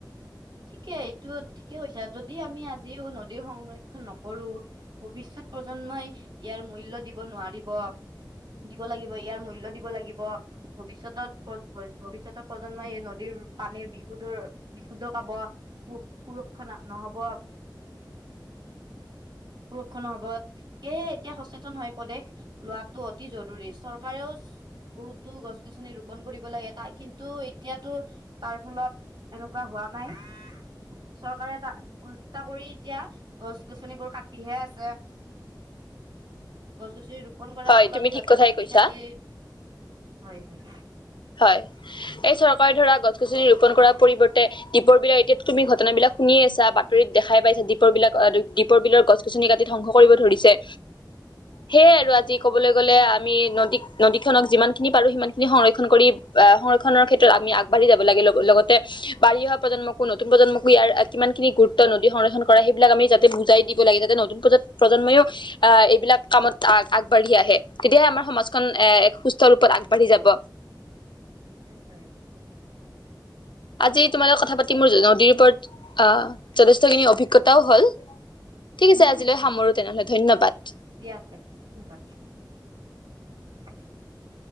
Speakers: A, on the right; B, on the left.
A: ঠিকে এইটো ঠিকেই কৈছা, যদি আমি আজিও নদীৰ সংৰক্ষন নকৰো ভৱিষ্যত প্ৰজন্মই ইয়াৰ মূল্য দিব নোৱাৰিব। দিব লাগিব, ইয়াৰ মূল্য দিব লাগিব। ভৱিষ্যতত ভৱিষ্যতৰ প্ৰজন্মই এই নদীৰ পানীৰ বিশুদ্ধৰ শুদ্ধ পাব, সু-সুৰক্ষা নহ'ব সুৰক্ষানৰ <unintelligible> সেয়েহে এতিয়া সচেতন হৈ পৰে লোৱাটো অতি জৰুৰী। চৰকাৰেও বহুতো গছ-গছনি ৰোপন কৰিব লাগে, তাক কিন্তু এতিয়া টো তাৰ ফলত এনেকুৱা হোৱা নাই। চৰকাৰে টা উলটা কৰি এতিয়া গছ-গছনিবোৰ কাটিহে আছে। গছ-গছনি ৰোপন কৰাৰ
B: হয়
A: ফলত
B: তুমি
A: সিহঁতে
B: ঠিক কথাই
A: কাটি
B: কৈছা
A: কাটি, হয় হয়।
B: হয়। এই চৰকাৰে ধৰা গছ-গছনি ৰোপন কৰাৰ পৰিৱৰ্তে দীপ বিলৰ এতিয়াত তুমি ঘটনাবিলাক শুনি আছা। বাতৰিত দেখাই পাইছা দীপৰ বিলৰ দীপৰ বিলৰ গছ গছ-গছনি কাটিত ধ্বংস কৰিব ধৰিছে। সেয়ে আৰু আজি ক'বলৈ গ'লে, আমি নদী নদী খনক যিমান খিনি পাৰো সিমান খিনি সংৰক্ষ ক্ষণ কৰি, আহ সংৰক্ষণৰ ক্ষেত্ৰত আমি আগবাঢ়ি যাব লাগে-লগতে বাঢ়ি অহা প্ৰজন্মকো নতুন প্ৰজন্মকো ইয়াৰ কিমান খিনি গুৰুত্ব নদী সংৰক্ষণ কৰা সেইবিলাক আমি বুজাই দিব লাগে যাতে নতুন প্ৰজ-প্ৰজন্মও
A: হয়
B: আহ এইবিলাক কামত আগবাঢ়ি আহে, তেতিয়াহে আমাৰ সমাজখন এ এক সুস্থ ৰূপত আগবাঢ়ি যাব।
A: নাই নাই।
B: আজি তোমাৰ লগত কথা পাতি মোৰ নদীৰ ওপৰত আহ যথেষ্টখিনি অভিজ্ঞতাও হ'ল। ঠিক
A: মোৰো
B: আছে আজিলৈ
A: হৈছে
B: সামৰো তেনেহ'লে ধন্যবাদ।
A: দিয়া তেনে ধন্যবাদ। <unintelligible>